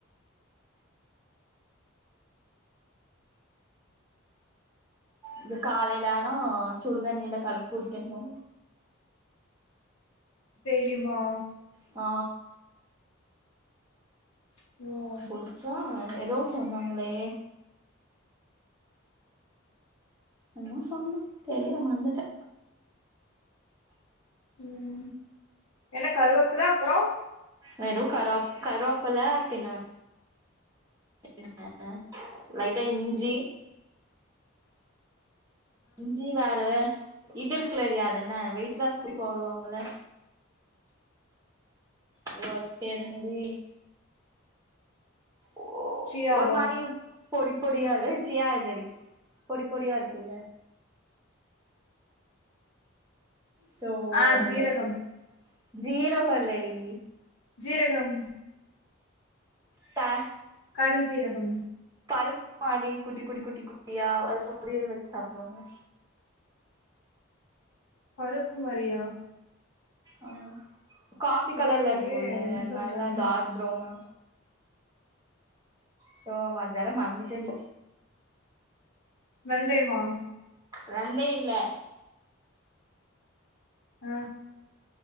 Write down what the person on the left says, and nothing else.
டெய்லியுமா
ஓ
ம் என்ன கருவேப்புல அப்பற
சீயாவா
ஆ ஜீரகம்
ஜீரகம்
கருஞ்சீரகம்
பருப்பு மாறியா
தெரியலையே
என்ன சொல்றேன்னு
வெந்தயம்மா
ஆ